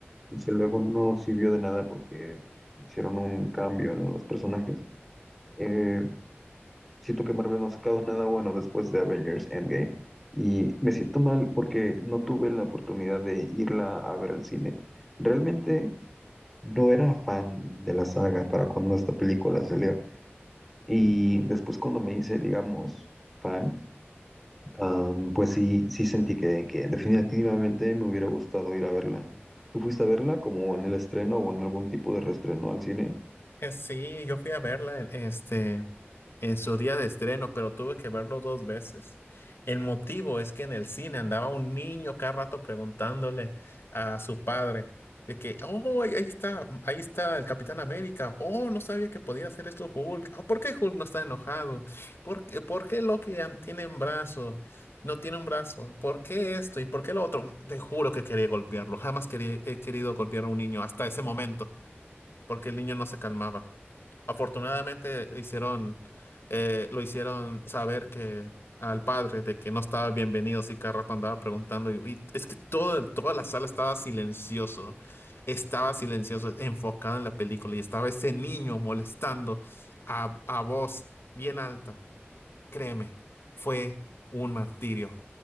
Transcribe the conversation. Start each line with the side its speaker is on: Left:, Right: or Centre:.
Centre: y que luego no sirvió de nada porque hicieron un cambio en los personajes. Eh, siento que Marvel no ha sacado <laughs> nada bueno después de Avengers Endgame, y me siento mal porque no tuve la oportunidad de irla a ver al cine. Realmente no era fan de la saga para cuando esta película salió. Y después cuando me hice, digamos, fan, am, pues sí, sí sentí que, que definitivamente me hubiera gustado ir a verla. ¿Tú fuiste a verla como en el estreno o en algún tipo de reestreno al cine?
Left: Eh, Sí, yo fui a verla en- este, en su día de estreno, pero tuve que verlo dos veces. El motivo es que en el cine andaba un niño cada rato preguntándole a su padre de que, oh, ahí ahí está, ahí está el Capitán América. Oh, no sabía que podía hacer esto Hulk. Ah, ¿por qué Hulk no está enojado? ¿Por qué, por qué Loki an- tiene un brazo? No tiene un brazo. ¿Por qué esto? ¿Y por qué lo otro? Te juro que quería golpearlo. Jamás quería- he querido golpear a un niño hasta ese momento, porque el niño no se calmaba. Afortunadamente hicieron, eh, lo hicieron saber que al padre de que no estaba bienvenido, si cada rato andaba preguntando. Y, y es que todo, toda la sala estaba silencioso, estaba silencioso, enfocado en la película y estaba ese niño molestando a, a voz bien alta. Créeme, fue un martirio.